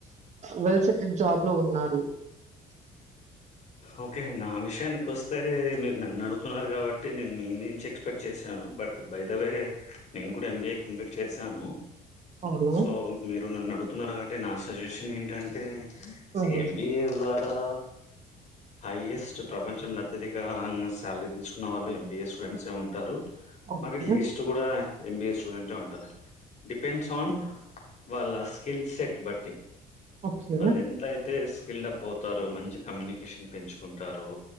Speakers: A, on the right (about 45°); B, on the left (about 45°).
A: వెల్ సెటిల్డ్ జాబ్ లో ఉన్నారు
B: ఓకే నా విషయానికి వస్తే మీరు నన్ను అడుగుతున్నారు కాబట్టి నేను మీ నుంచి ఎక్స్పెక్ట్ చేశాను బట్ బైదవే నేను కూడా ఎంబీఏ కంప్లీట్ చేశాను
A: అవును.
B: సో మీరు నన్ను అడుగుతున్నారు కాబట్టి నా సజెషన్ ఏంటంటే
A: హ్మ్.
B: సి ఎంబిఏ ద్వారా హైయెస్ట్ ప్రపంచంలో అత్యధిక శాలరీ తీసుకున్న వాళ్ళు ఎంబిఏ స్టూడెంట్స్ ఉంటారు
A: ఓకే.
B: మరి లీస్ట్ కూడా ఎంబిఎ స్టూడెంట్ ఉంటారు డిపెండ్స్ ఆన్ వాళ్ళ స్కిల్ సెట్ బట్టి
A: ఓకే.
B: వాళ్ళు ఎంత అయితే స్కిల్ డప్ అవుతారు మంచి కమ్యూనికేషన్ పెంచుకుంటారు